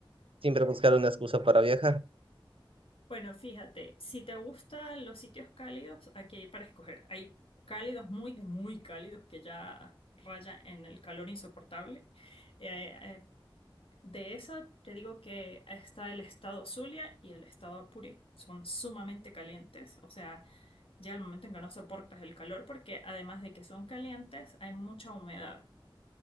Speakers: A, on the right; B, on the left.
A: siempre buscar una excusa para viajar.
B: Bueno, fíjate, si te gustan los sitios cálidos, aquí hay para escoger. Hay cálidos muy, muy cálidos que ya raya en el calor insoportable. Eh, eh, de eso te digo que está el estado Zulia y el estado Apure. Son sumamente calientes. O sea, llega el momento en que no soportas el calor porque además de que son calientes, hay mucha humedad.